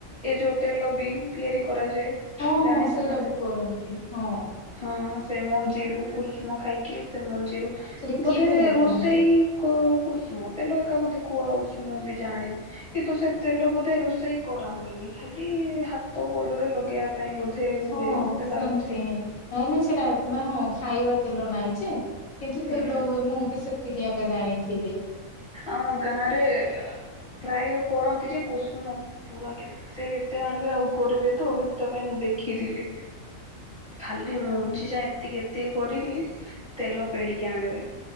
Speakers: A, in the centre; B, on the left.
A: ଏଇ ଯୋଉ ତେଲ ବି ତିଆରି କରାଯାଏ
B: ହଁ
A: ଜାଣିଛ
B: ହଁ ସେଇଟା
A: ନା ନାଇଁ
B: ବି କରନ୍ତି ହଁ
A: ହଁ। ସେ ମଞ୍ଜିରୁ କୁସୁମ ଖାଇକି ସେ ମଞ୍ଜିରୁ
B: ସେଇଟା
A: ବୋଧେ
B: କି ତେଲ
A: ରୋଷେଇ
B: କୁହନ୍ତି
A: କ କୁ କୁଷୁମ ତେଲ ଏକା ବୋଧେ କୁହା ହଉଛି ମୁଁ ବି ଜାଣିନି କିନ୍ତୁ ସେ ତେଲ ବୋଧେ ରୋଷେଇ କରାହୁଏନି। ଖାଲି ହାତ ଗୋଡରେ ଲଗେଇବା ପାଇଁ ବୋଧେ
B: ହଁ
A: ହୁଏ ମତେ
B: ସେମତି
A: ଲାଗୁଛି।
B: ନାଇଁ ନାଇଁ ସେଟା ମାନେ ହଁ ଖାଇବା ତେଲ ନାହିଁ ଯେ କିନ୍ତୁ
A: ହୁଁ
B: ତେଲ ହୁଏ ମୁଁ ବି ସେତିକି ଜାଣିଥିଲି।
A: ଆମ ଗାଁ ରେ ପ୍ରାୟ କରନ୍ତି ଯେ କୋଷୁନ ପୁରା କେତେ କେତେ ଆଣିବେ ଆଉ କରିବେ ତ ହେତିପାଇ ଦେଖିଥିଲି। ଖାଲି ମଞ୍ଜି
B: ହଁ।
A: ଯାଏ ଏତିକି ଏତିକି କରିକି ତେଲ ପେଡ଼ିକି ଆଣିବେ।